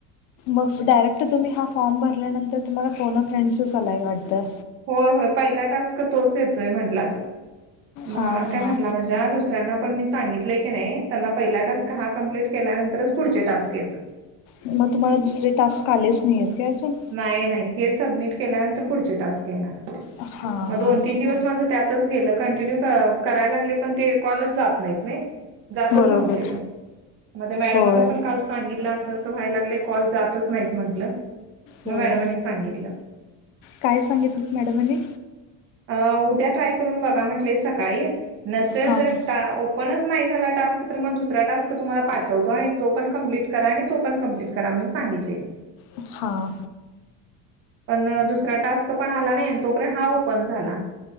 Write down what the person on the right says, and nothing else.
होय, होय पहिला टास्क तोच येतोय म्हटला तो भावन
काय
म्हटला माझ्या दुस दुसऱ्यांना पण मी सांगितलंय की नाही, त्यांना पहिला टास्क हा कंप्लीट केल्यानंतरच पुढचे टास्क येतात.
नाही, नाही. हे सबमिट केल्यानंतर पुढचे टास्क येणार.
मग
दोन
तीन दिवस माझं त्यातच गेलं कंटिन्यू क-करायला लागले, पण ते कॉलच जात माहित नाही जातच
नव्हते ते, मग मॅडमांना
पण काल सांगितलं असं असं व्हायला लागले कॉल जातच नाहीत म्हंटलं, मग
मॅडमांनी सांगितलं‌.
अ उद्या ट्राय करून बघा म्हंटले सकाळी, नसेल
जर
टा ओ पणच नाही झाला टास्क, तर मग दुसरा टास्क तुम्हाला पा ठवतो आणि तो पण कंप्लीट करा आणि तो पण कंप्लीट करा म्हणून सांगितलेले.
पण दुसरा टास्क पण आला नाही आणि तोपर्यंत हा ओपन झाला.